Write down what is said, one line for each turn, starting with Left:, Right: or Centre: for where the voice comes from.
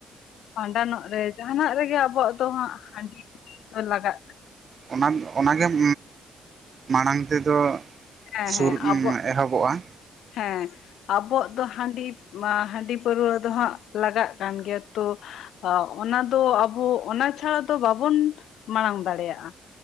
Left: ᱵᱷᱟᱸᱰᱟᱱᱚᱜ ᱨᱮ ᱡᱟᱦᱟᱱᱟᱜ ᱨᱮᱜᱮ ᱟᱵᱚᱣᱟᱜ ᱫᱚ ᱦᱟᱸᱜ ᱦᱟᱺᱰᱤ ᱞᱟᱜᱟᱜ-ᱟ᱾
Right: ᱚᱱᱟᱢ ᱚᱱᱟᱜᱮᱢ ᱢᱟᱲᱟᱝ ᱛᱮᱫᱚ᱾
Left: ᱦᱮᱸ
Right: ᱥᱩᱨ
Left: ᱦᱮᱸ ᱟᱵᱚ
Right: ᱮᱦᱚᱵᱚᱜᱼᱟ
Left: ᱦᱮᱸ ᱟᱵᱚᱣᱟᱜ ᱫᱚ ᱦᱟᱺᱰᱤ᱾ ᱢᱟ ᱦᱟᱺᱰᱤ ᱯᱟᱹᱨᱣᱟᱹ ᱫᱚ ᱦᱟᱸᱜ ᱞᱟᱜᱟᱜ ᱠᱟᱱ ᱜᱮᱭᱟ ᱛᱚ᱾ ᱚᱱᱟ ᱫᱚ ᱟᱵᱚ ᱚᱱᱟ ᱪᱷᱟᱲᱟ ᱫᱚ ᱵᱟᱵᱚᱱ ᱢᱟᱲᱟᱝ ᱫᱟᱲᱮᱭᱟᱜ-ᱟ᱾